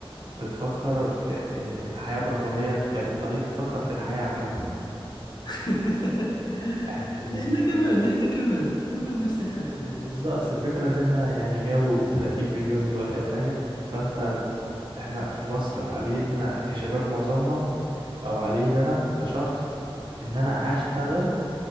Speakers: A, on the right (about 55°); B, on the left (about 45°).
A: بتفكر في آه، الحياة برفاهية هي بتخليك تفكر في الحياة عامة
B: <laughs>
A: يعني ال...
B: نحن كمان نحن كمان كمان نفس الحاجة يعني
A: بس بس الفكرة ان احنا يعني 130 مليون دلوقتي او حاجة فانت احنا في مصر عقليتنا كشباب معظمنا او عقلية انا كشخص ان انا هشتغل